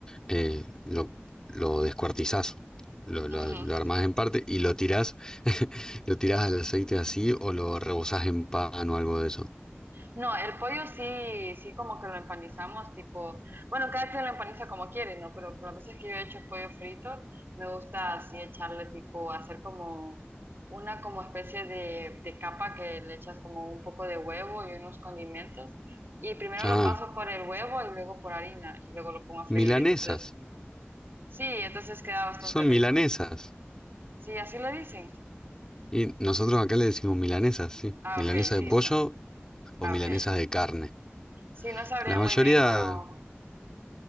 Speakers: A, on the left; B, on the right.
A: Eh, lo, lo descuartizás, lo, lo,
B: Ujú.
A: lo armás en parte y lo tirás, <laughs> lo tirás al aceite así o lo rebozás en pan o algo de eso.
B: No, el pollo sí, sí como que lo empanizamos, tipo, bueno, cada quien lo empaniza como quiere, ¿no? Pero las veces que yo he hecho pollo frito, me gusta así echarle tipo, hacer como una como especie de, de capa que le echas como un poco de huevo y unos condimentos. Y primero
A: Ah,
B: lo paso por el huevo y luego por harina y luego lo pongo a freír.
A: milanesas,
B: Entonces, sí, entonces queda bastante
A: son
B: rico.
A: milanesas.
B: Sí, así le dicen.
A: Y nosotros acá le decimos milanesas, sí.
B: Ah,
A: Milanesa
B: ok, sí,
A: de pollo
B: no,
A: o
B: ah,
A: milanesas
B: ok.
A: de carne.
B: Sí, no sabría
A: La mayoría,
B: muy bien cómo,